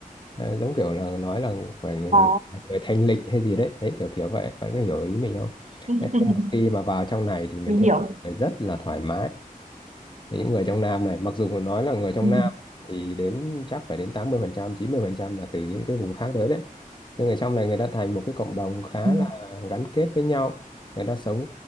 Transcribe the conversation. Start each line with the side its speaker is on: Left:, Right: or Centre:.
Left: Ờ, giống kiểu là nói là phải
Right: À,
Left: người thanh lịch hay gì đấy đấy kiểu kiểu vậy bạn có hiểu ý mình không
Right: <laughs>
Left: đấy, nhưng mà khi mà vào trong này thì mình
Right: mình
Left: thấy
Right: hiểu.
Left: mọi người rất là thoải mái Thì những người trong Nam này mặc dù nói là người trong
Right: Ừ.
Left: Nam thì đến chắc phải đến 80 phần trăm 90 phần trăm là từ những cái vùng khác tới đấy nhưng người trong này người ta thành một cái cộng đồng khá
Right: Ừ.
Left: là gắn kết với nhau người ta sống